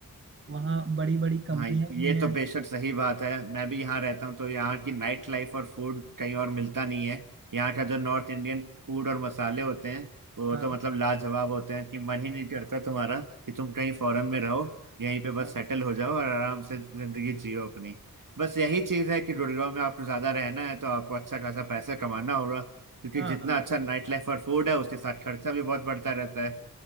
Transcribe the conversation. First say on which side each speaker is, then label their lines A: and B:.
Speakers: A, on the right; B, on the right.
A: वहाँ बड़ी बड़ी कंपनियां
B: हाँ ये
A: भी हैं
B: तो बेशक सही बात है मैं भी यहाँ रहता हूँ तो यहाँ की नाइट लाइफ और फूड कहीं और मिलता नहीं है यहाँ का जो नॉर्थ इंडियन फूड और मसाले होते हैं वो
A: हाँ
B: तो मतलब लाजवाब होते हैं कि मन ही नहीं करता तुम्हारा कि तुम कहीं फॉरेन में रहो यहीं पे बस
A: हाँ
B: सेटल हो जाओ और आराम से जिंदगी जियो अपनी बस यही चीज़ है कि गुड़गांव में आपको ज़्यादा रहना है तो आपको अच्छा खासा पैसा कमाना होगा क्योंकि
A: हाँ
B: जितना
A: हाँ
B: अच्छा नाइट लाइफ और फूड है उसके साथ खर्चा भी बहुत बढ़ता रहता है